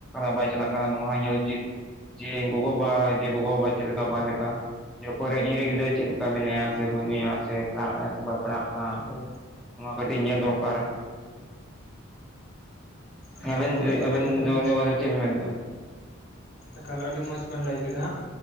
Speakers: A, in the centre; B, on the left.
A: <inaudible> ᱵᱟᱭ ᱪᱟᱞᱟᱜ ᱠᱟᱱᱟ ᱱᱚᱣᱟ ᱦᱚᱸ ᱧᱮᱞ ᱩᱪᱤᱛ ᱡᱮ ᱜᱚᱜᱚᱵᱟ ᱡᱮ ᱜᱚᱜᱚᱵᱟᱵᱟ ᱪᱮᱫ ᱞᱮᱠᱟ ᱵᱟᱝ
B: ᱮᱠᱟᱞ
A: ᱞᱮᱠᱟ ᱡᱮ ᱚᱠᱚᱭᱨᱮ <inaudible> ᱤᱧᱨᱮᱱ ᱜᱤᱫᱽᱨᱟᱹ ᱪᱮᱫ ᱞᱮᱠᱟ ᱢᱮᱱᱟᱭᱟ ᱥᱮ ᱵᱟᱹᱱᱩᱭᱟ <inaudible> ᱥᱮ ᱯᱟᱲᱦᱟᱜ ᱠᱟᱱᱟ ᱥᱮ ᱵᱟᱭ ᱯᱟᱲᱦᱟᱜ ᱠᱟᱱᱟ
B: ᱮᱠᱟᱞ
A: ᱱᱚᱣᱟ ᱠᱟᱹᱴᱤᱡ ᱧᱮᱞ ᱫᱚᱨᱠᱟᱨ
B: <unintelligible>
A: ᱟᱵᱮᱱ ᱟᱵᱮᱱ
B: <inaudible> ᱟᱹᱰᱤ ᱢᱚᱸᱡᱽ
A: ᱫᱚ ᱱᱚᱣᱟ ᱠᱟᱛᱮ ᱪᱮᱫ ᱵᱮᱱ ᱢᱮᱱᱫᱟ
B: ᱮᱠᱟᱞ ᱟᱹᱰᱤ ᱢᱚᱸᱡᱽ ᱵᱤᱱ ᱞᱟᱹᱭ ᱠᱮᱫᱟ ᱦᱟᱸᱜ